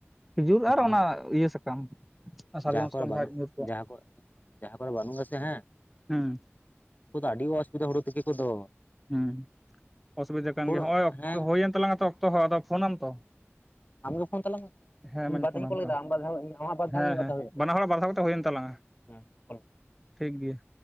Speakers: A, in the centre; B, on the left.
A: ᱠᱷᱤᱡᱩᱨ
B: ᱛᱟᱢᱟ
A: ᱟᱨ ᱚᱱᱟ ᱤᱭᱟᱹ ᱥᱟᱠᱟᱢ ᱥᱟᱨᱡᱚᱢ
B: ᱡᱟᱦᱟᱸ
A: ᱥᱟᱠᱟᱢ
B: ᱠᱚᱨᱮ ᱵᱟᱹᱱᱩᱜ
A: ᱧᱩᱨ ᱠᱚᱜ
B: ᱡᱟᱦᱟᱸ ᱠᱚ ᱡᱟᱦᱟᱸ ᱠᱚᱨᱮ ᱵᱟᱹᱱᱩᱜ ᱟᱥᱮ ᱦᱮᱸ
A: ᱦᱩᱸ
B: ᱩᱱᱠᱩ ᱫᱚ ᱟᱹᱰᱤ ᱚᱥᱩᱵᱤᱫᱟ ᱦᱩᱲᱩ ᱛᱤᱠᱤ ᱠᱚᱫᱚ
A: ᱦᱮᱸ ᱚᱥᱩᱵᱤᱫᱷᱟ ᱠᱟᱱ
B: ᱦᱩᱲᱩ
A: ᱜᱮᱭᱟ ᱦᱚᱜ-ᱚᱭ ᱚᱠᱛᱚ
B: ᱦᱮᱸ
A: ᱦᱩᱭᱮᱱ ᱛᱟᱞᱟᱝᱟ ᱛᱚ ᱚᱠᱛᱚ ᱦᱚᱸ ᱟᱫᱚ ᱯᱷᱳᱱᱟᱢ ᱛᱚ
B: ᱟᱢᱜᱮ ᱯᱷᱳᱱ ᱛᱟᱞᱟᱝᱢᱮ
A: ᱦᱮᱸ
B: ᱤᱧ
A: ᱢᱟᱧ
B: ᱵᱟᱨᱫᱷᱟᱣ
A: ᱯᱷᱳᱱᱟᱢ
B: ᱤᱧ ᱠᱚᱞ
A: ᱠᱟᱱᱟ
B: ᱠᱮᱫᱟ ᱟᱢ ᱵᱟᱫ ᱫᱷᱟᱣ ᱟᱢᱟᱜ ᱵᱟᱨ ᱫᱷᱟᱣ
A: ᱦᱮᱸ
B: ᱟᱢ ᱵᱟᱨ
A: ᱦᱮᱸ
B: ᱫᱷᱟᱣ ᱦᱩᱭᱩᱜ ᱛᱟᱢᱟ
A: ᱵᱟᱱᱟ ᱦᱚᱲᱟᱜ ᱵᱟᱨ ᱫᱷᱟᱣ ᱠᱟᱛᱮ ᱦᱩᱭᱮᱱ ᱛᱟᱞᱟᱝᱟ
B: ᱢᱮ
A: ᱴᱷᱤᱠ ᱜᱮᱭᱟ